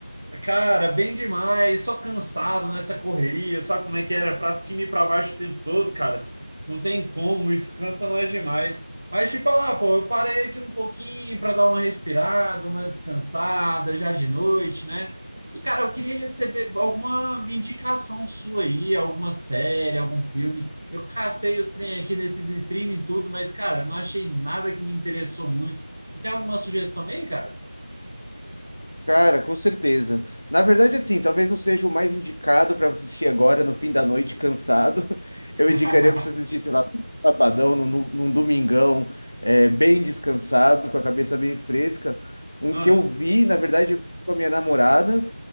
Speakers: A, on the right; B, on the left.
A: Cara, bem demais, só cansado nessa correria, sabe como é que era? Pra cima e pra baixo o tempo todo, cara. Não tem como, isso cansa nós demais. Mas te falar, pô, eu parei aqui um pouquinho para dar uma respirada, uma descansada, já de noite, né? E, cara, eu queria receber alguma indicação sua aí, alguma série, algum filme. Eu cacei os trem aqui nesses streaming e tudo, mas, cara, não achei nada que me interessou muito. Você tem alguma sugestão aí, cara?
B: Cara, com certeza. Na verdade, assim, talvez não seja o mais indicado para você assistir agora, no fim da noite, cansado. <laughs>
A: <laughs>
B: Eu indicaria para você assistir, sei lá, num sabadão, num, num domingão, é, bem descansado, com a cabeça bem fresca. Um
A: Ah.
B: que eu vi, na verdade, eu vi com a minha namorada,